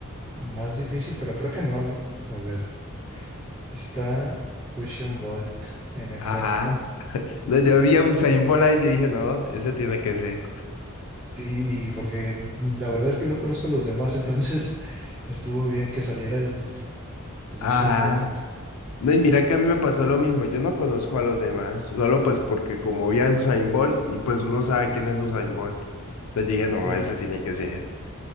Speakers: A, on the right; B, on the left.
A: Más difícil, pero creo que no, ¿no? A ver, está Usain Bolt, en efecto.
B: Ajá. No, yo vi a Usain Bola y yo dije, no, ese tiene que ser.
A: Sí, y porque mm, la verdad es que no conozco a los demás, entonces <laughs> estuvo bien que saliera el, el
B: Ajá.
A: Usain Bolt.
B: No, y mira que a mí me pasó lo mismo, yo no conozco a los demás, solo pues porque como vi a Usain Bolt y pues uno sabe quién es Usain Bolt. Entonces dije, no,
A: Y
B: ese tiene que ser.